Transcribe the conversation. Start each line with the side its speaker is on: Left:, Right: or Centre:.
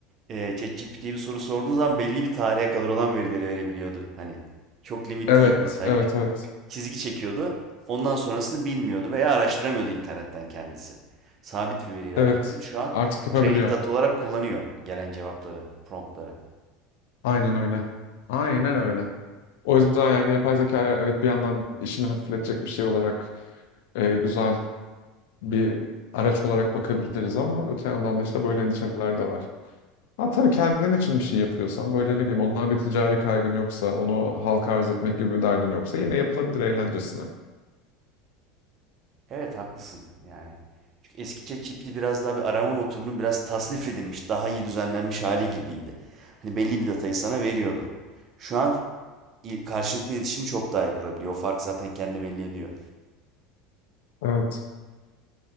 Right: e, ChatGPT'ye bir soru sorduğun zaman belli bir tarihe kadar olan verileri verebiliyordu. Hani çok limitliydi.
Left: Evet,
Right: Type
Left: evet, evet.
Right: çizgi çekiyordu. Ondan sonrasını bilmiyordu veya araştıramıyordu internetten kendisi. Sabit bir veriyle
Left: Evet.
Right: hareket ediyor. Şu an
Left: Artık yapabiliyor.
Right: training data olarak kullanıyor gelen cevapları, promptları.
Left: Aynen öyle. Aynen öyle. O yüzden yani yapay zekaya evet bir yandan işini hafifletecek bir şey olarak e, güzel bir araç olarak bakabiliriz ama öte yandan da işte böyle endişeler de var. Ha tabii kendin için bir şey yapıyorsan böyle ne bileyim ondan bir ticari kaygın yoksa onu halka arz etmek gibi bir derdin yoksa yine yapılabilir eğlencesine.
Right: Evet haklısın yani. Çünkü eski ChatGPT biraz daha bir arama motorunun biraz tasnif edilmiş, daha iyi düzenlenmiş hali gibiydi. Hani belli bir datayı sana veriyordu. Şu an il- karşılıklı iletişimi çok daha iyi kurabiliyor. O fark zaten kendi belli ediyor.
Left: Evet.